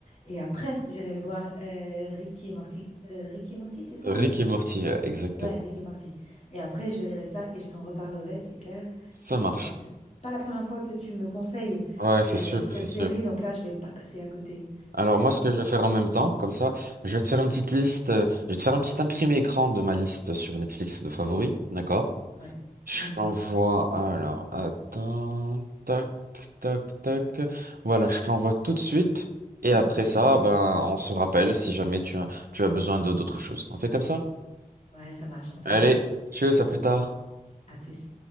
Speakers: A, on the left; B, on the right.
A: et après, j'irai voir euh, Ricky et Morty. Euh, Ricky et Morty, c'est ça
B: Rick
A: le nom?
B: et Morty, euh, exactement.
A: Ouais, Rick et Morty. Et après, je verrai ça et je t'en reparlerai, c'est clair.
B: Ça
A: Je crois
B: marche.
A: que c'est là. C'est pas la première fois que tu me conseilles
B: Ouais, c'est
A: euh,
B: sûr,
A: cette
B: c'est
A: série,
B: sûr.
A: donc là, je vais pas passer à côté.
B: Alors moi, ce que je vais faire en même temps, comme ça, je vais te faire une petite liste, euh, je vais te faire un petit imprimé écran de ma liste sur Netflix de favoris, d'accord?
A: Ouais,
B: Je
A: vendu.
B: t'envoie, alors, attends, tac, tac, tac. Voilà, je t'envoie tout de suite. Et
A: <clears throat>
B: après
A: Impeccable.
B: ça, ben, on se rappelle si jamais tu as, tu as besoin de d'autres choses. On fait comme ça?
A: Ouais, ça marche. On fait
B: Allez,
A: ça.
B: tchuss, à plus tard.
A: À plus.